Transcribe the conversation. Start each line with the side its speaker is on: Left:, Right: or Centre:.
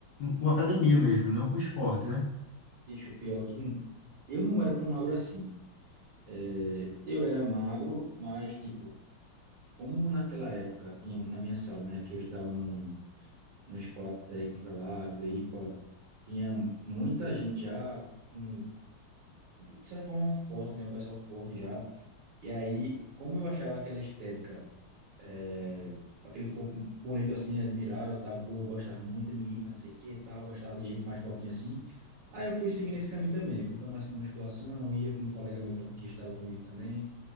Left: com academia mesmo, não com esporte, né?
Right: Bicho, pior que eu não era tão magro assim. É, eu era magro, mas, tipo, como naquela época tinha na minha sala, né, que eu estudava num, numa escola técnica lá, agrícola. Tinha muita gente já, com, de certa forma, forte, né? O pessoal forte já. E aí, como eu achava aquela estética, é, aquele corpo bonito assim, admirável, tá? O povo gostava muito de mim, não sei o que, tal. Gostava de gente mais fortinha assim. Aí eu fui seguindo esse caminho também. Fui conversando na musculação, ia com um colega meu que estava comigo também.